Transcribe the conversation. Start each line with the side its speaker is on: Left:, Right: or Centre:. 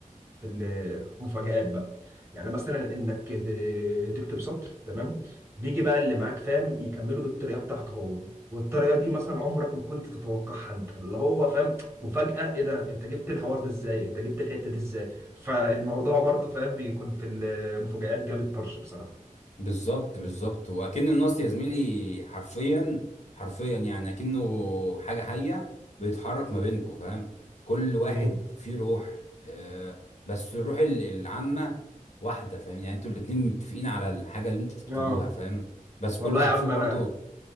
Right: في المفاجآت بقى يعني مثلا انك ت- تكتب سطر تمام بيجي بقى اللي معاك فاهم يكمله بالطريقه بتاعته هو والطريقه دي مثلا عمرك ما كنت تتوقعها انت اللي هو فاهم مفاجاه ايه ده انت جبت الحوار ده ازاي انت جبت الحته دي ازاي فالموضوع برضو فاهم بيكون في المفاجآت جامد طرش بصراحه
Left: بالظبط بالظبط واكن النص يا زميلي حرفيا حرفيا يعني اكنه حاجه حيه بيتحرك ما بينكم فاهم كل واحد
Right: امم
Left: فيه روح آه بس الروح ال- العامه واحده فاهم يعني انتوا الاتنين متفقين على الحاجه اللي انتوا تكتبوها
Right: اه
Left: فاهم بس كل
Right: والله
Left: واحد
Right: يا عم
Left: فيكم
Right: انا
Left: برضو